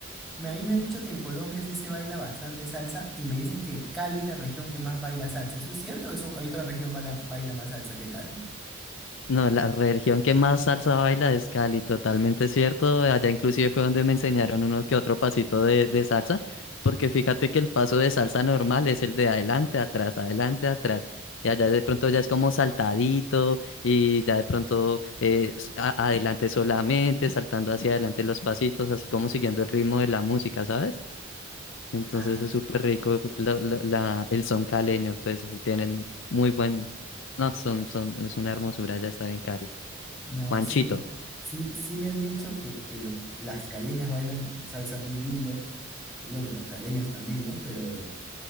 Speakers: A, in the centre; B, on the left (about 65°).
A: Me- A mí me han dicho que en Colombia sí se baila bastante salsa y me dicen que Cali es la región que más baila salsa. ¿Eso es cierto? ¿Eso hay otra región baila, baila más salsa que Cali?
B: No, la religión que más salsa baila es Cali, totalmente cierto. Allá inclusive fue donde me enseñaron uno que otro pasito de, de salsa, porque fíjate que el paso de salsa normal es el de adelante, atrás, adelante, atrás. Y allá de pronto ya es como saltadito y ya de pronto eh, s- a- adelante solamente, saltando hacia adelante los pasitos, así como siguiendo el ritmo de la música, ¿sabes? Entonces
A: Ah,
B: es súper rico la- la- la- el son caleño, pues tienen muy buen... No, son, son, es una hermosura ya estar en Cali.
A: no,
B: Manchito.
A: sí, sí, sí me han dicho que, que los, las caleñas bailan salsa muy lindo y bueno, los caleños también, ¿no? Pero